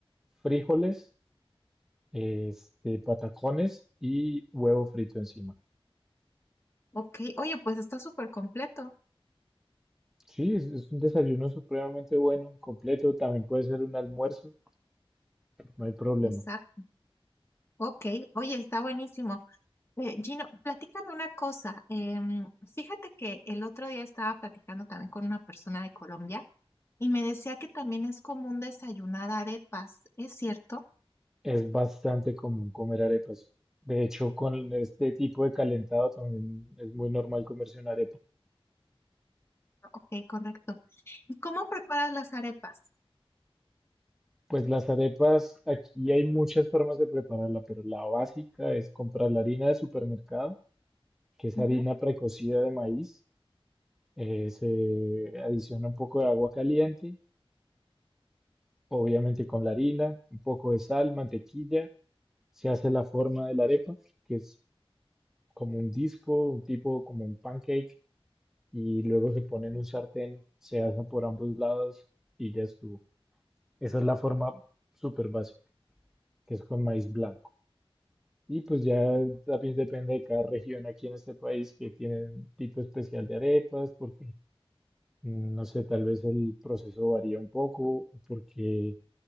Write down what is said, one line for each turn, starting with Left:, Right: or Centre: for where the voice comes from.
Centre: frijoles, este, patacones y huevo frito encima.
Left: Ok, oye, pues está súper completo.
Centre: Sí, es, es un desayuno supremamente bueno, completo, también puede ser un almuerzo, no hay problema.
Left: Exacto. Ok, oye, está buenísimo. Eh, Gino, platícame una cosa. em, fíjate que el otro día estaba platicando también con una persona de Colombia y me decía que también es común desayunar arepas. ¿Es cierto?
Centre: Es bastante común comer arepas. De hecho, con este tipo de calentado también es muy normal comerse una arepa.
Left: Ok, correcto. ¿Y cómo preparas las arepas?
Centre: Pues las arepas, aquí hay muchas formas de prepararla, pero la básica es comprar la harina de supermercado, que es
Left: Ujú,
Centre: harina precocida de maíz. Eh, se adiciona un poco de agua caliente, obviamente con la harina, un poco de sal, mantequilla, se hace la forma de la arepa, que es como un disco, tipo como un pancake, y luego se pone en un sartén, se asa por ambos lados y ya estuvo. Esa es la forma súper básica, que es con maíz blanco. Y pues ya también depende de cada región aquí en este país que tiene un tipo especial de arepas, porque mm, no sé, tal vez el proceso varía un poco, o porque